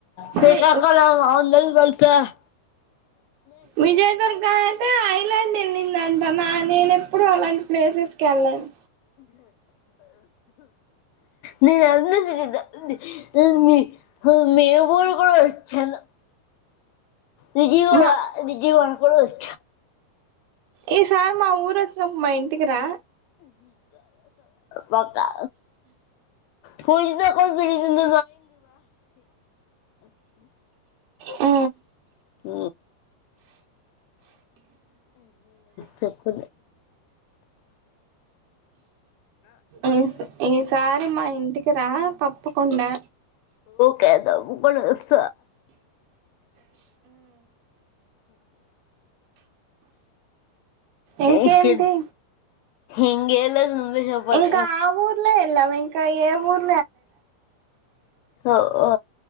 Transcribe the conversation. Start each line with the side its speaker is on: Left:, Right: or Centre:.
Left: శ్రీకాకులం
Right: వి
Left: <unintelligible>
Right: విజయ దుర్గాతే ఐలాండే ఎళ్ళిందంట నా నేన్ ఎప్పుడు అలాంటి ప్లేసెస్క్ ఎళ్ళను
Left: న అన్న <unintelligible> మేరుబోరు కూడా వచ్చాను విజయ కూడా
Right: మా
Left: విజయ కూడాకు
Right: ఏ సార్ మా ఊరు వచ్చినప్పుమా ఇంటికిరా
Left: బకా పూజతే కొ పందయింద
Right: ఆ
Left: హ చెకు
Right: ఈ ఈసారి మా ఇంటికి రా తప్పకుండా
Left: కదమ్ పడుస
Right: ఇంకేంటి
Left: ఇంకే ఇంకేలేదు నువ్వే చెప్పాలి
Right: ఇంకా ఆ ఊర్లో ఎళ్ళం ఇంకా ఏ ఊరు
Left: ఓ